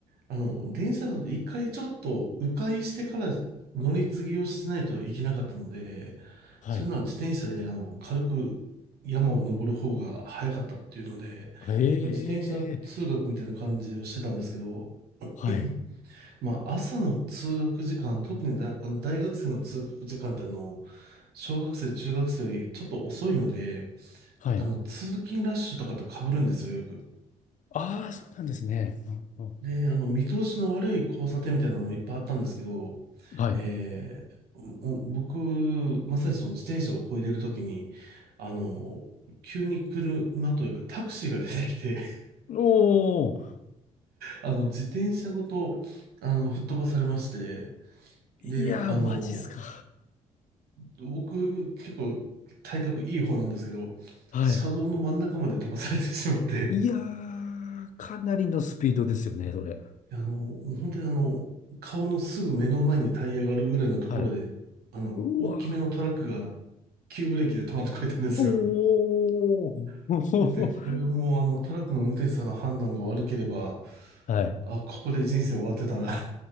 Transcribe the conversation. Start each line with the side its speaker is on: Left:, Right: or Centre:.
Right: あの、電車だと一回ちょっと迂回してから乗り継ぎをしないといけなかったので、
Left: はい。
Right: それなら自転車であの軽く山を登る方が早かったっていうので、
Left: ええ
Right: よく自転車通学みたいな感じをしてたんですけど、
Left: はい、
Right: <clears throat> まあ朝の通学時間、特にだ、あの大学生の通学時間ってあの、小学生、中学生よりちょっと遅いので、
Left: はい。
Right: あの通勤ラッシュとかと被るんですよ、よく。
Left: ああ、そうなんですね。うんうん
Right: で、あの、見通しの悪い交差点みたいなのもいっぱいあったんですけど、
Left: はい。
Right: えー、もう僕、まさにその自転車を漕いでるときに、あの、急に車というかタクシーが出てきて、<laughs>
Left: おー、
Right: あの、自転車ごと、あの、吹っ飛ばされまして、
Left: いやー、
Right: で、あの、
Left: マジっすか。
Right: 僕、結構体格いい方なんですけど、
Left: はい。
Right: 車道の真ん中まで飛ばされてしまって、
Left: いやー、かなりのスピードですよね、それ。
Right: あの、もう本当にあの、顔のすぐ目の前にタイヤがあるぐらいのところで、
Left: はい。
Right: あの、
Left: うわ
Right: 大きめのトラックが急ブレーキで止まってくれたんですよ。
Left: ー、おー、<laughs>
Right: <laughs> なんで、これはもうあの、トラックの運転手さんの判断が悪ければ、
Left: はい。
Right: あ、ここで人生終わってたな。